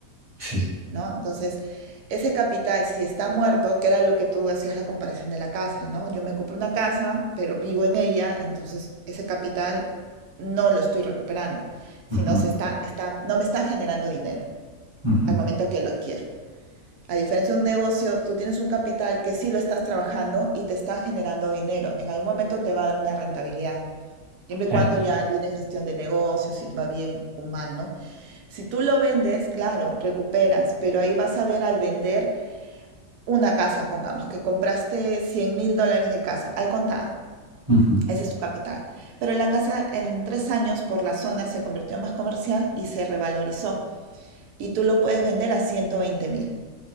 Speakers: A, on the right; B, on the right.
A: sí.
B: ¿no? Entonces, ese capital, si está muerto, que era lo que tú hacías la comparación de la casa, ¿no? Yo me compro una casa, pero vivo en ella, entonces ese capital no lo estoy recuperando, sino
A: Ujú,
B: se está, está, no me está generando dinero
A: ujú,
B: al momento que lo adquiero. A diferencia de un negocio, tú tienes un capital que sí lo estás trabajando y te está generando dinero. En algún momento te va a dar una rentabilidad. Siempre y cuando
A: eh,
B: ya viene gestión de negocios, si va bien o mal, ¿no? Si tú lo vendes, claro, recuperas, pero ahí vas a ver al vender una casa, pongamos, que compraste cien mil dólares de casa, al contado,
A: ujú.
B: ese es tu capital. Pero la casa en tres años por la zona se convirtió más comercial y se revalorizó. Y tú lo puedes vender a ciento veinte mil.